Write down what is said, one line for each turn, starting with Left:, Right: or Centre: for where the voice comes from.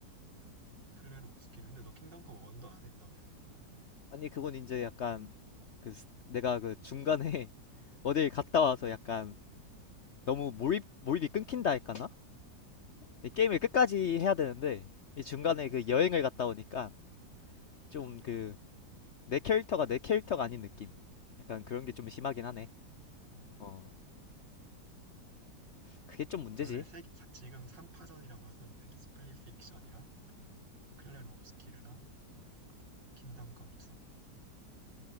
Right: 음, 클레르 옵스키르. 근데 너 킹덤 컴 1도 안 했다며.
Left: 아니 그건 이제 약간 그 스- 내가 그 중간에 <laughs> 어딜 갔다 와서 약간 너무 몰입 몰입이 끊긴다 할까나? 이 게임을 끝까지 해야 되는데 이 중간에
Right: 그지?
Left: 그 여행을 갔다 오니까 좀 그 내 캐릭터가 내 캐릭터가 아닌 느낌. 약간 그런 게 좀 심하긴 하네.
Right: 음.
Left: 어, 그게 좀 문제지.
Right: 원래 세 지금 3파전이라고 하던데. 스플릿 픽션이랑 클레르 옵스키르랑 킹덤 컴 2.